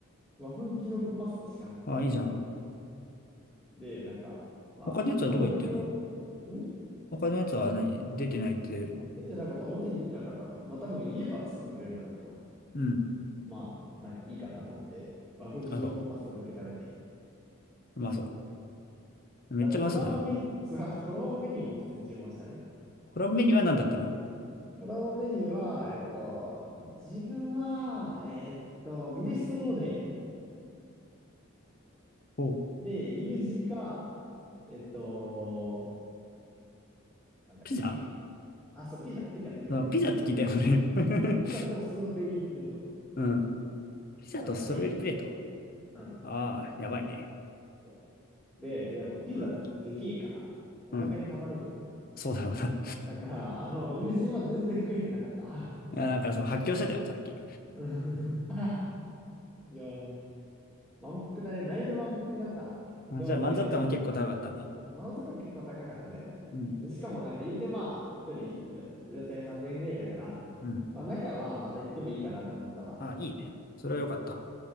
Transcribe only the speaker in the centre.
和風きのこパスタしかなくて、
で、なんか、まあ、
和風きの、ん
出てなかった、表に出てなかった。まあ、多分言えば作ってくれるんだろうけど、
まあ、なんかいいかなと思って、和風キノコパスタだけ食べて。
だってコラボメニュー、そうあとコラボメニューも普通に注文したね。
コラボメニューは、えっと、自分は、えっと、ミネストローネ
で、友人が、えっと、なんだっけ。
あ、そう、ピザ、ピザ、ピザ、
ピザ、ピザ。そうピザとストロベリープレート
だったね。うん。
そうで、やっぱピザってさでけえから、
お腹にたまるんよ。
だから、あの、友人は全然食えてなかった。
<laughs> ういやー、満腹だね。だいぶ満腹になった。
でもね、満足感結構高かったね。
で、しかもなんか言うてまあ、一人、よ4 0 0円、3000円ぐらいだから、
まあなんかまあまた行ってもいいかなって思ったわ。